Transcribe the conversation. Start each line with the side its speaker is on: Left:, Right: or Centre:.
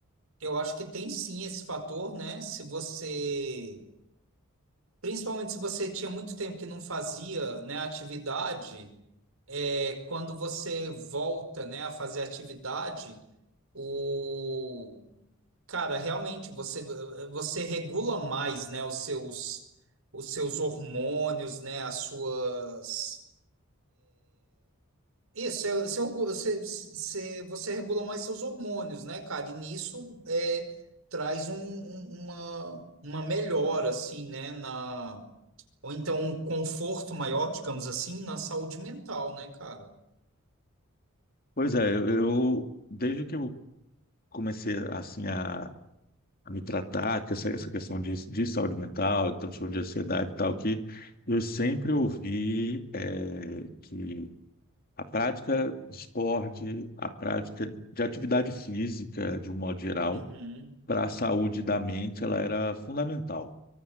Right: eu acho que tem sim esse fator, né? Se você, principalmente se você tinha muito tempo que não fazia, né, atividade, é quando você volta, né, a fazer atividade, o Cara, realmente você você regula mais, né, os seus os seus hormônios, né, as suas Isso, você, você, você, você regula mais seus hormônios, né, cara? E nisso é, traz um- um- uma, uma melhora, assim, né, na... Ou então um conforto maior, digamos assim, na saúde mental, né, cara?
Left: Pois é, eu desde que eu comecei assim a a me tratar, que essa, essa questão de, de saúde mental, de transtorno de ansiedade e tal, que eu sempre ouvi é, que a prática de esporte, a prática de atividade física, de um modo geral,
Right: Uhum,
Left: para a saúde da mente, ela era fundamental.